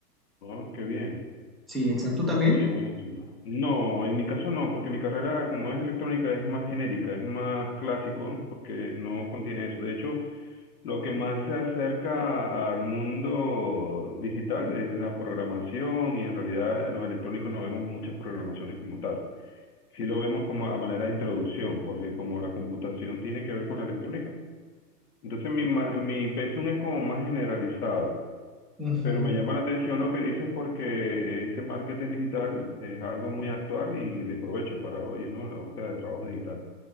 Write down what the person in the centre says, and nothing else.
Sí, exacto. ¿Tú también?
Ujú.